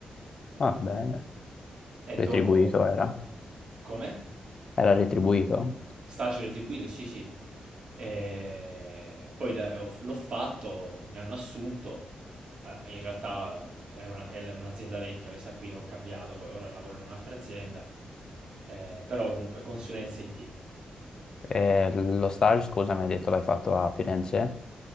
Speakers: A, on the left; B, on the right.
A: Ah, bene.
B: e
A: Retribuito
B: dopo...
A: era?
B: Come?
A: Era retribuito?
B: Staci retribuito, sì, sì. E poi da- ho- l'ho fatto, mi hanno assunto. Ah, In realtà era una- è un'azienda vecchia, questa qui ho cambiato, poi ora lavoro in un'altra azienda, Eh, però comunque consulenza IT.
A: E lo stage, scusa, mi hai detto l'hai fatto a Firenze?